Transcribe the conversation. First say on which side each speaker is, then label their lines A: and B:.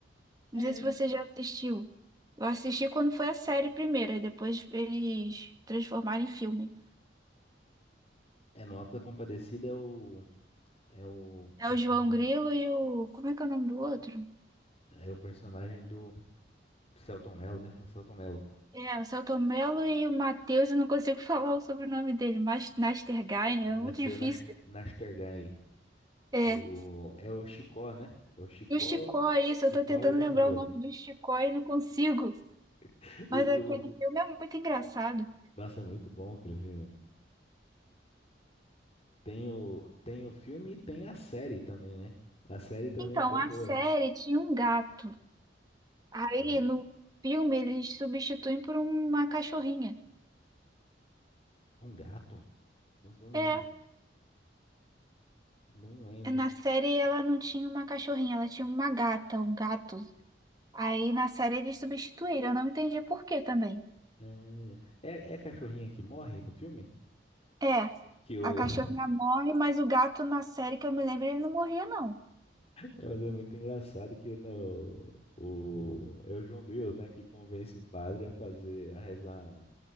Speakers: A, on the right (about 20°); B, on the left (about 35°).
A: Não
B: É.
A: sei se você já assistiu. Eu assisti quando foi a série primeiro, e depois eles transformaram em filme.
B: É Nota Compadecida é o. É o
A: É
B: personagem.
A: o João Grilo e o. Como é que é o nome do outro?
B: É o personagem do Selton Mello, né? É o Selton Mello.
A: É, o Celto Mello e o Matheus, eu não consigo <laughs> falar o sobrenome dele, mas Nastergain
B: Mateu
A: é muito difícil.
B: Nas- Nastergaile.
A: É.
B: O, é o Chicó, né? É o Chicó,
A: E o Chicó, é isso,
B: Chicó
A: eu tô tentando
B: e o João
A: lembrar
B: Grilo.
A: o nome do Chicó e não consigo.
B: <laughs>
A: Mas aquele
B: O,
A: filme
B: o,
A: é muito engraçado.
B: nossa, é muito bom aquele filme. Tem o, tem o filme e tem a série também, né? A série também
A: Então,
B: é bem
A: a
B: boa.
A: série tinha um gato. Aí,
B: Um,
A: no filme, eles substituem por uma cachorrinha.
B: um gato? Não lembro.
A: É,
B: Não lembro.
A: na série ela não tinha uma cachorrinha, ela tinha uma gata, um gato. Aí, na série, eles substituíram. Eu não entendi por quê também.
B: É, é é a cachorrinha que morre no filme?
A: É,
B: Que o,
A: a cachorrinha morre, mas o gato na série que eu me lembro, ele não morria, não.
B: É, Mas é muito engraçado que no, o, é o João Grilo, né, que convence o padre a fazer, a rezar,